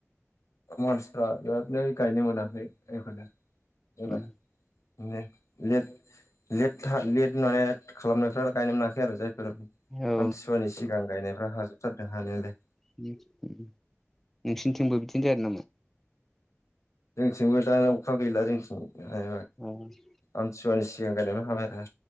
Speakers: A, on the left; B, in the centre.
A: मानसिफ्रा बिरादनो गायनो मोनाखै बेखौनो एबार।
B: उम
A: बिदिनो लेट लेट था लेट माने खालामनायफोरा गायनो मोनाखै आरो जायफोर आमथिसुवानि
B: औ
A: सिगां गायनायफ्रा हाजोबथारदों हानायालाय।
B: <unintelligible> नोंसिनिथिंबो बिदिनो जादों नामा?
A: जोंथिंबो दा अखा गैला जोंथिं <unintelligible>
B: अ
A: आमथिुवानि सिगां गायनायबो हाबाय आरो